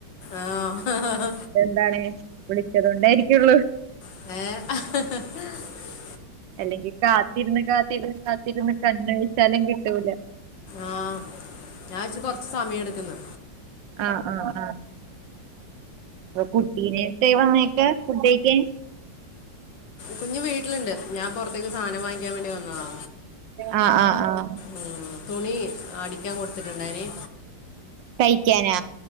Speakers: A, on the left; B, on the right.
A: ആഹ്
B: എന്താണ് വിളിച്ചത് കൊണ്ടായിരിക്കുള്ളൂ
A: ഏഹ്
B: അല്ലെങ്കി കാത്തിരുന്ന് കാത്തിരുന്ന് കാത്തിരുന്ന് കണ്ണഴിച്ചാലും കിട്ടൂല
A: ആഹ് ഞാൻ വച്ച് കൊറച്ച് സമയം എടുക്കൂന്നു
B: ആഹ് ആഹ് ആഹ് കുട്ടിനായിട്ട് വന്നാക്കാ ഫുഡ്‌ കയിക്കാൻ
A: കുഞ്ഞ് വീട്ടിലുണ്ട് ഞാൻ പുറത്തേക്ക് സാധനം വാങ്ങിക്കാൻ വേണ്ടി വന്നതാ
B: ആഹ് ആഹ് ആഹ്
A: ഉം തുണി അടിക്കാൻ കൊടുത്തിട്ടുണ്ടായിന്
B: തയിക്കാനാ